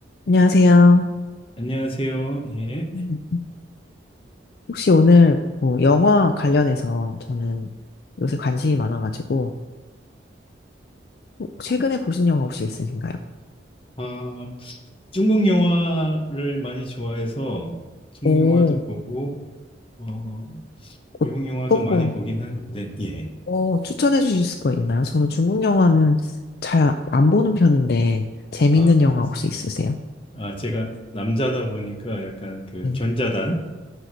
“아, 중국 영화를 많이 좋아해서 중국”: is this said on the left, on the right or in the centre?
Left